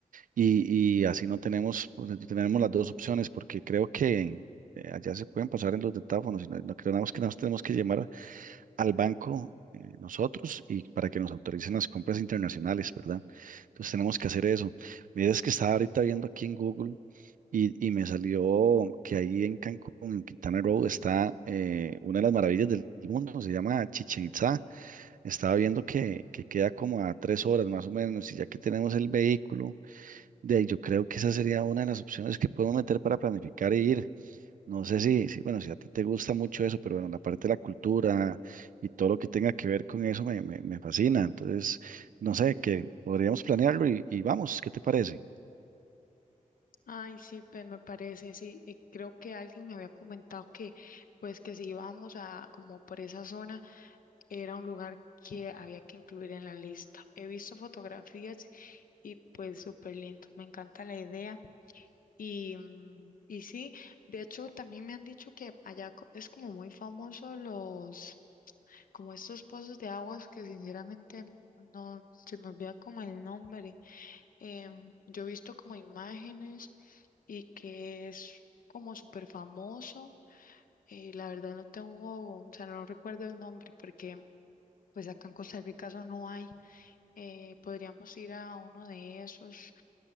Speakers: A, on the right; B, on the left.
A: Y, y así no tenemos, pues, no tenemos las dos opciones porque creo que eh, allá se pueden pasar en los detáfonos y no, no creemos que nos tenemos que llamar al banco eh, nosotros y para que nos autoricen las compras internacionales, ¿verdad? Entonces tenemos que hacer eso. Mira, es que estaba ahorita viendo aquí en Google y, y me salió que ahí en Cancún, en Quintana Roo, está eh, una de las maravillas del mundo, se llama Chichen Itzá. Estaba viendo que, que queda como a tres horas más o menos, y ya que tenemos el vehículo, de ahí yo creo que esa sería una de las opciones que podemos meter para planificar e ir. No sé si, si, bueno, si a ti te gusta mucho eso, pero bueno, la parte de la cultura y todo lo que tenga que ver con eso me, me, me fascina. Entonces, no sé, que podríamos planearlo y, y vamos, ¿qué te parece?
B: Ay, sí, pues me parece, sí, y creo que alguien me había comentado que, pues que si íbamos a, como por esa zona, era un lugar que había que incluir en la lista. He visto fotografías y pues súper lindo, me encanta la idea. Y, mm, y sí, de hecho también me han dicho que allá co- es como muy famoso los, como estos pozos de aguas que sinceramente no, se me olvida como el nombre Em, yo he visto como imágenes y que es como súper famoso. eh, la verdad no tengo, o sea, no recuerdo el nombre porque pues acá en Costa Rica eso no hay. Eh, podríamos ir a uno de esos